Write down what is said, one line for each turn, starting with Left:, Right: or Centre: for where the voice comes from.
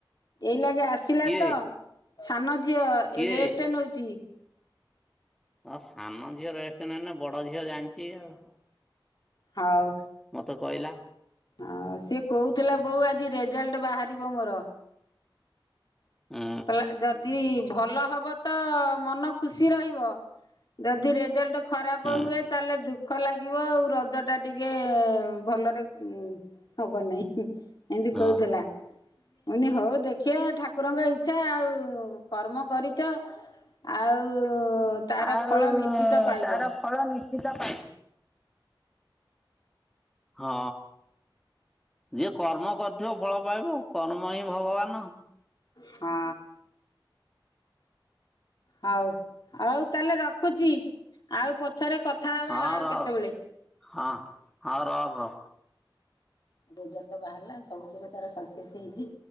Left: ଏଇଲାଗେ ଆସିଲା
Centre: କିଏ
Left: ତ ସାନ ଝିଅ
Centre: କିଏ
Left: ରେଷ୍ଟ ନଉଛି।
Centre: ହଁ ସାନ ଝିଅ ରେଷ୍ଟ ନେଇନି ବଡ ଝିଅ ଜାଣିଛି ଆଉ
Left: ହଉ।
Centre: ମତେ କହିଲା।
Left: ହଁ ସିଏ କହୁଥିଲା ବୋଉ ଆଜି ରେଜାଲ୍ଟ ବାହାରିବ ମୋର।
Centre: ହୁଁ
Left: କହିଲା ଯଦି ଭଲ ହବ ତ ମନ ଖୁସି ରହିବ ଯଦି ରେଜଲ୍ଟ ଖରାପ
Centre: ହୁଁ
Left: ହୁଏ ତାହେଲେ ଦୁଃ ଖ ଲାଗିବ ଆଉ ରଜ ଟା ଟିକେ ଭଲରେ ହବ ନାହିଁ। ଏମିତି
Centre: ହଁ।
Left: କହୁଥିଲା। ମୁୁନି ହଉ ଦେଖିବା ଠାକୁରଙ୍କ ଇଚ୍ଛା ଆଉ କର୍ମ କରିଛ ଆଉ ତାର
Centre: ଆଉ
Left: ଫଳ ନିଶ୍ଚିତ ପାଇବ।
Centre: ତାର ଫଳ ନିଶ୍ଚିତ ପାଇ ହଁ ଯିଏ କର୍ମ କରିଥିବ ଫଳ ପାଇବ କର୍ମ ହିଁ ଭଗବାନ।
Left: ହଁ। ହଉ ହଉ ତାହେଲେ ରଖୁଛି ଆଉ ପଛରେ କଥା ହେବା
Centre: ହଁ
Left: ଆଉ
Centre: ରହ
Left: କେତେବେଳେ।
Centre: ହଁ ହଁ ରଖ।
Left: ରେଜଲ୍ଟ ଟା ବାହାରିଲା ସବୁଥିରେ ତାର ସକ୍ସେସ ହେଇଛି।